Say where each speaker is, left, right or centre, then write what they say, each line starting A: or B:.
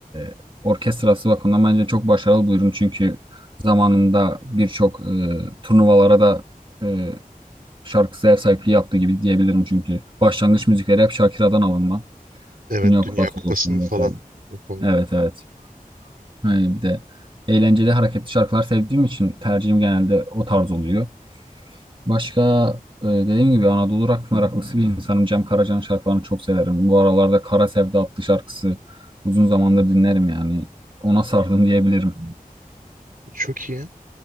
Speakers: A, on the right; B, on the right.
A: e, orkestrası bakımından bence çok başarılı buluyorum. Çünkü zamanında birçok e, turnuvalara da e, şarkısı ev sahipliği yaptığı gibi diyebilirim. Çünkü başlangıç müzikleri hep Shakira'dan alınma.
B: Evet
A: Dünya
B: Dünya
A: Kupası
B: Kupası'nın
A: olsun
B: falan.
A: vesaire.
B: yapalım.
A: Evet evet. Hani bir de eğlenceli hareketli şarkılar sevdiğim için tercihim genelde o tarz oluyor. Başka e, dediğim gibi Anadolu rock meraklısı bir insanım. Cem Karaca'nın şarkılarını çok severim. Bu aralarda Kara Sevda adlı şarkısı uzun zamandır dinlerim yani. Ona sardım diyebilirim.
B: Çok iyi.